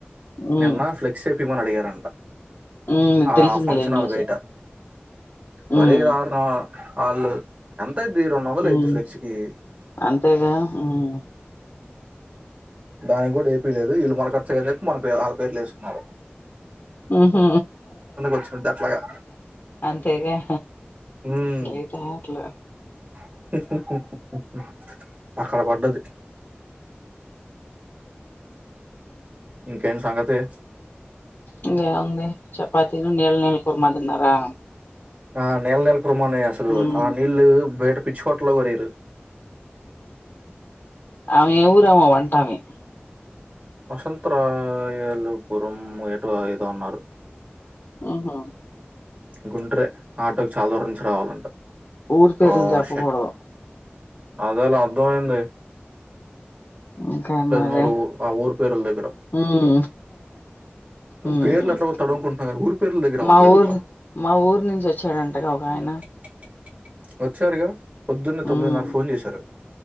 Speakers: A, on the left; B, on the right.
A: ఉమ్
B: నిన్న ఫ్లెక్స్ ఏపిమని అడిగారంట
A: ఉమ్
B: ఆ
A: తెలిసిందిలే
B: ఫంక్షనాల్
A: న్యూస్
B: బయట మరే
A: ఉమ్
B: దారుణం ఆళ్ళు దీర మొబల్
A: ఉమ్
B: ఎడ్జ్ ఫ్లెక్సికి
A: అంతేగా ఉమ్
B: దానికి గుడ ఏపీలేదు వీళ్ళు మన ఖర్చని చెప్పి మన ఆళ్ళ పేర్లు ఏసుకున్నారు
A: ఊహు
B: వచ్చినది అట్లాగా
A: అంతేగా
B: ఉమ్,
A: ఏతాట్లా
B: <unintelligible> అక్కడ పడ్డది ఇంకేంటి సంగతి
A: ఇంకేముంది చపాతీను నీల నీల కూర్మ తిన్నారా
B: ఆ నీల నీల కూర్మ మానే అసలు
A: ఉమ్
B: ఆ నీళ్ళు బయట పిచ్చుకోట్లో కూడా వెయ్యరు
A: ఆమె ఏ ఊరామో వంటామే
B: వసంతరాయలుపురం ఏటో ఏదో అన్నారు
A: ఆహా
B: గుంట్రే ఆటోకి చాలా దూరం నుంచి రావాలంట
A: ఊరి పేర్లు
B: ఓ
A: చెప్పకూడదు
B: షట్ అదేలే అర్థమయింది
A: ఇంకేం మరి
B: నోరు ఆ ఊరి పేర్ల దగ్గర.
A: ఉం ఉం
B: పేర్లు ఎట్లాగో తడుముకుంటున్నా కానీ ఊరి పేర్ల దగ్గర అవ్వట్లేదబ్బా.
A: మా ఊరు మా ఊరు నుంచి వచ్చాడంటగా ఆయన
B: <inaudible> వచ్చారుగా పొద్దున్నే తొమ్మిదిన్నర
A: ఉమ్
B: ఫోన్ చేశారు